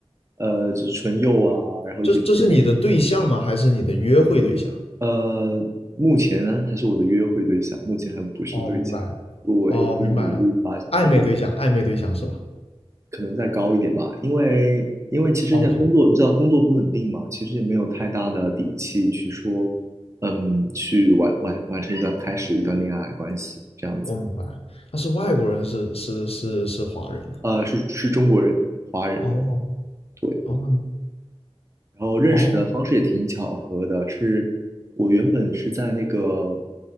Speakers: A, on the right; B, on the left.
A: 呃，就是唇釉啊，然后一些气垫。
B: 这这是你的对象吗？还是你的约会对象？
A: 呃，目前呢还是我的约会对象，目前还不是对象。
B: 哦，明白，
A: 对，
B: 哦，
A: 就是努力发展吧，
B: 明白了，暧昧对象，
A: 因为
B: 暧昧对象是吧
A: 可能再高一点吧，因为因为其实现在工作，
B: ？OK，
A: 你知道工作不稳定嘛，其实也没有太大的底气去说，嗯，去完完完成一段开始一段恋爱关系这样子。
B: 我明白了。但是外国人是是是是华人呢、
A: 呃，是是中国人，华人，
B: 哦哦
A: 对。
B: 哦
A: 然后认识的方式也挺巧合的，
B: 哦，
A: 是我原本是在那个，